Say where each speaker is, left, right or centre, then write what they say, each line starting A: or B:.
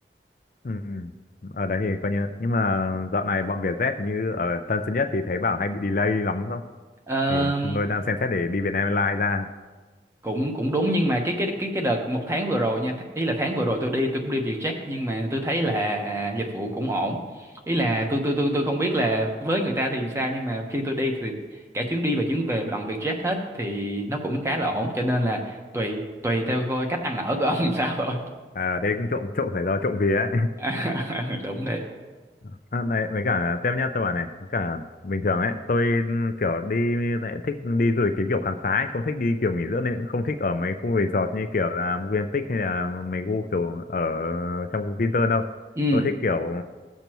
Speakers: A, on the left; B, on the right.
A: ừ. ở đấy thì coi như nhưng mà dạo này bọn Vietjet như ở Tân Sơn Nhất thì thấy bảo hay bị delay lắm không
B: Ờ,
A: thì tôi đang xem xét để đi việt nam Airlines ra
B: cũng cũng đúng nhưng mà cái cái cái cái đợt một tháng vừa rồi nha ý là tháng vừa rồi tôi đi tôi cũng đi Vietjet nhưng mà tôi thấy là dịch vụ cũng ổn ý là tôi tôi tôi tôi không biết là với người ta thì sao nhưng mà khi tôi đi thì cả chuyến đi và chuyến về bằng Vietjet hết thì nó cũng khá là ổn cho nên là tùy tùy theo coi cách ăn ở của ông <laughs> sao thôi
A: à, thế cũng trộm trộm phải do trộm vía ấy
B: <laughs> đúng đấy
A: <laughs> à, này với cả tiếp nhá tôi bảo này với cả bình thường ấy tôi ừ, kiểu đi lại thích đi du lịch cái kiểu khám phá ấy, không thích đi kiểu nghỉ dưỡng nên cũng không thích ở mấy khu resort như kiểu là Movenpick hay là mấy khu kiểu ở trong khu Vinpearl đâu
B: ừ
A: tôi thích kiểu